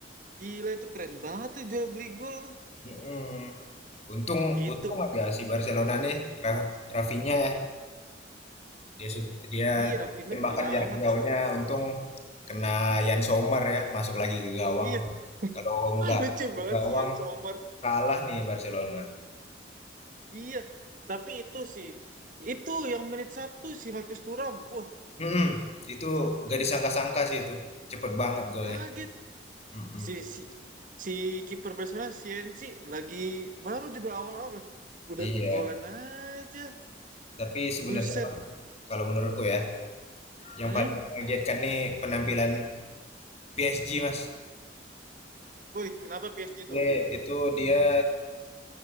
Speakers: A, on the right (about 45°); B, on the left (about 35°).
A: Gila itu keren banget tuh jual beli gol.
B: Mm-mm. Untung
A: Itu.
B: untung ada si Barcelona nih, Ra Rafinya ya. Dia sud dia
A: Iya Rafinha
B: tembakan
A: penyelamat.
B: jarak jauhnya untung kena Yann Sommer ya, masuk lagi ke gawang.
A: Iya.
B: Kalau enggak
A: <laughs> Lucu
B: ke
A: banget
B: gawang
A: si Ian Sommer.
B: kalah nih Barcelona.
A: Iya. Tapi itu sih. Itu yang menit satu si Marcus Thuram. Wah
B: Mhm, itu gak disangka-sangka sih itu. Cepet banget golnya.
A: kaget.
B: Mhm,
A: Si si si kiper Barcelona CNC lagi baru juga awal-awal. Udah
B: iya.
A: kegolan aja.
B: Tapi sebenarnya,
A: Buset.
B: Bang, kalau menurutku ya, yang
A: Hmm?
B: paling mengagetkan nih penampilan PSG, Mas.
A: Woi, kenapa PSG tuh?
B: Ye itu dia